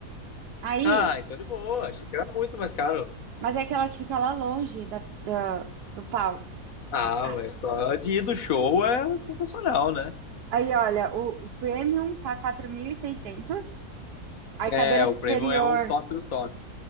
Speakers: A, on the right; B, on the left.
A: Aí,
B: Ah, então de boa. Achei que era muito mais caro.
A: mas é aquela que fica lá longe da, da- do palco.
B: Ah,
A: A-
B: mas só de ir do show é sensacional, né?
A: Aí, olha, o, o Premium tá 4.600. Aí,
B: É,
A: cadeira
B: o
A: superior
B: prêmio é o top do top.